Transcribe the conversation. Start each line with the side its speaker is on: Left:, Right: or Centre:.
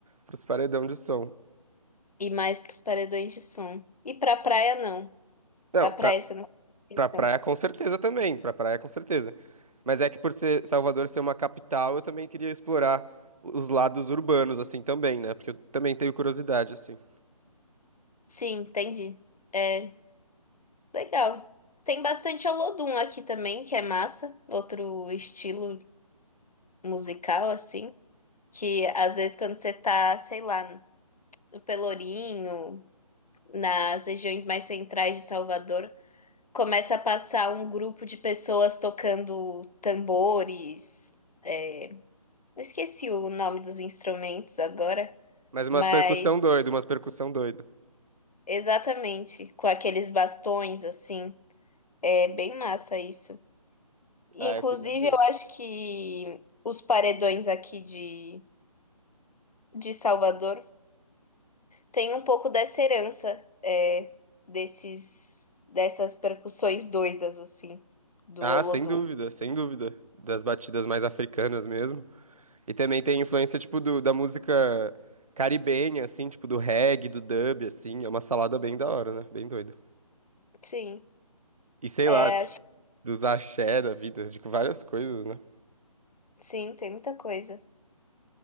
Right: pros paredão de som.
Left: E mais pros paredões de som. E pra praia, não.
Right: Não,
Left: A praia você não faz
Right: Pra
Left: questão.
Right: praia, com certeza também. Pra praia, com certeza. Mas é que por ser Salvador ser uma capital, eu também queria explorar os lados urbanos, assim, também, né? Porque eu também tenho curiosidade, assim.
Left: Sim, entendi. É, legal. Tem bastante Olodum aqui também, que é massa. Outro estilo musical, assim. Que às vezes quando você tá, sei lá, no Pelourinho. nas regiões mais centrais de Salvador, começa a passar um grupo de pessoas tocando tambores. é, eu esqueci o nome dos instrumentos agora,
Right: Mas umas
Left: mas
Right: percussão doida umas percussão doida
Left: exatamente com aqueles bastões assim. É bem massa isso. Inclusive,
Right: Ah, eu queria ver.
Left: eu acho que os paredões aqui de, de Salvador têm um pouco dessa herança, é, desses, dessas percussões doidas, assim, do
Right: Ah,
Left: Olodum.
Right: sem dúvida, sem dúvida. Das batidas mais africanas mesmo. E também tem influência, tipo, do, da música caribenha, assim, tipo, do reggae, do dub, assim. É uma salada bem da hora, né? Bem doida.
Left: Sim,
Right: E sei
Left: é,
Right: lá,
Left: acho,
Right: dos axé da vida, tipo, várias coisas, né?
Left: que sim, tem muita coisa.